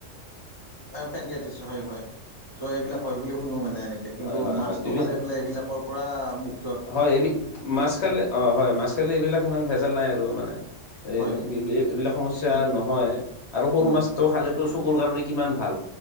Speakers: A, on the right; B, on the left.
A: অ', পানক্ৰাইটিছ হয়-হয়। চ' এইবিলাক হয় বুলি হুনো মানে এনেকে কিন্তু
B: হয় হয়
A: মাছটো
B: হয় বিভিন্ন
A: খালে বোলে এইবিলাকৰ পৰা মুক
B: হয় এবি মাছ খালে অ', হয় মাছ খালে এইবিলাক ইমান ভেজাল নাই আৰু মানে এ
A: হয়
B: এইবিলাক সমস্যা
A: উম
B: নহয় আৰু সৰু
A: উম
B: মাছটো খালেতো চকুৰ কাৰণে কিমান ভাল।